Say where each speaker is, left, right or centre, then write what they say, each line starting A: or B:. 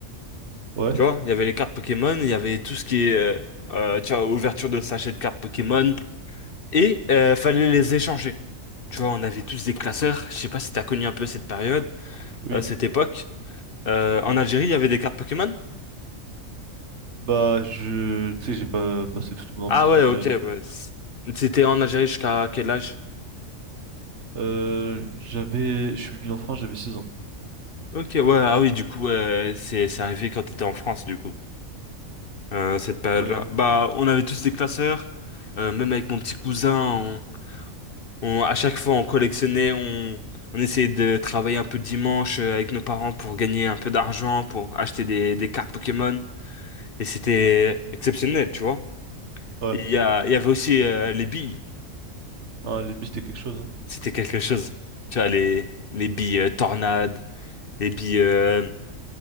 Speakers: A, on the right; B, on the left.
A: Ouais,
B: Tu vois, il y avait les cartes Pokémon, il y avait tout ce qui est, euh, euh, tu vois, ouverture de sachets de cartes Pokémon, et euh, fallait les échanger. Tu vois, on avait tous des classeurs. Je sais pas si t'as connu un peu cette période,
A: oui.
B: euh, cette époque. Euh, en Algérie, il y avait des cartes Pokémon?
A: Bah, je, tu sais, j'ai pas passé toute mon enfance
B: Ah ouais,
A: en Algérie
B: ok,
A: non plus.
B: ouais. C- C'était en Algérie jusqu'à quel âge?
A: Euh, j'avais, je suis venu en France, j'avais 6 ans.
B: Ok, ouais, ah oui, du coup, euh, c'est c'est arrivé quand t'étais en France, du coup. Euh, cette période-là.
A: Ouais, ouais.
B: Bah, on avait tous des classeurs. Euh, même avec mon petit cousin, on, on- à chaque fois, on collectionnait, on, on essayait de travailler un peu le dimanche euh, avec nos parents pour gagner un peu d'argent, pour acheter des, des cartes Pokémon. Et c'était exceptionnel, tu vois.
A: Ouais,
B: Il y a, il y avait aussi euh, les billes.
A: non, les bus, c'était quelque chose. hein.
B: C'était quelque chose. Tu vois, les, les billes euh, tornades, les billes euh,